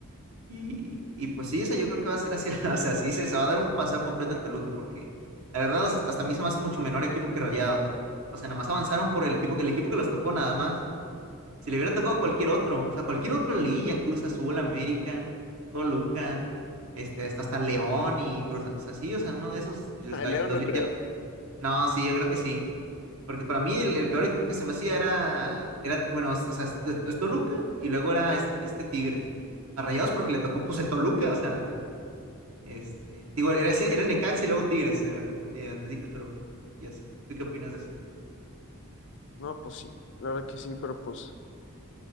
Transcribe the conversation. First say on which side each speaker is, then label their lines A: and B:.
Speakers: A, on the right; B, on the left.
A: Y, y pues sí, o sea, yo creo que va a ser así. <laughs> O sea, sí, se, se va a dar un paseo completo al Toluca porque la verdad, o sea, hasta a mí se me hace mucho menor equipo que Rayados. O sea, nada más avanzaron por el equipo que el equipo que los tocó, nada más. Si le hubiera tocado cualquier otro, o sea, cualquier otro Lilla, Cruz Azul, América, Toluca, este, hasta, hasta León y Cruz Azul. O sea, sí, o sea, uno de esos.
B: <laughs>
A: y, o
B: A
A: sea,
B: Leo
A: los
B: no
A: vi-
B: creo.
A: ya- no, sí, yo creo que sí. Porque para mí el, el peor equipo que se me hacía era, era bueno, o sea, es, es Toluca y luego era este, este Tigres. A Rayados porque le tocó pues el Toluca, o sea, este, digo, era, ese- era el Necaxa y luego Tigres, se me confundí, antes dije el Toluca y así. ¿Tú qué opinas de eso?
B: No, pues sí, la verdad que sí, pero pues.